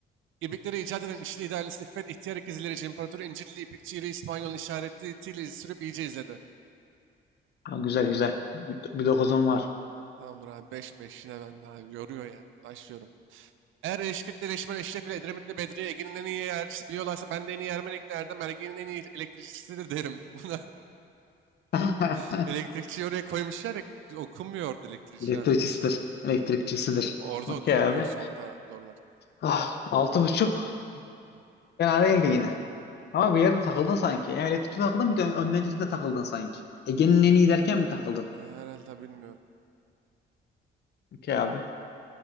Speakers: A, on the right; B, on the left.
A: İpekleri icat eden İşli idaresi İffet, ihtiyar ikizlerici, İmparatoru İncirli, İpekçi İri, İspanyol işaretiyle izi sürüp iyice izledi.
B: Ha, güzel güzel. Bir, bir dokuzum var.
A: Tamamdır abi 5 5 yine ben abi yoruyor ya. Başlıyorum. Eğer Eşkirt'le Leşmen, Eşref ile Edremit'le Bedriye, Ege'nin en iyi yercisi biliyorlarsa ben de en iyi Ermenik'le Erdem, Ergen'in en iyi elektrikçisidir derim. Buna
B: <laughs>
A: <laughs> elektrikçiyi oraya koymuşlar ya okunmuyor orada elektrikçi.
B: Elektrikçisidir.
A: ha.
B: Elektrikçisidir.
A: Orada
B: Okey
A: okunmuyor
B: abi.
A: sonda zorlar.
B: Ah, altı buçuk.
A: Tamam.
B: Fena değildi yine. Ama bir yerde takıldın sanki. Hem elektrikte takıldın bir de ön- öncesinde takıldın sanki. Ege'nin en iyi derken mi takıldın?
A: e, herhalde bilmiyorum.
B: Okey abi.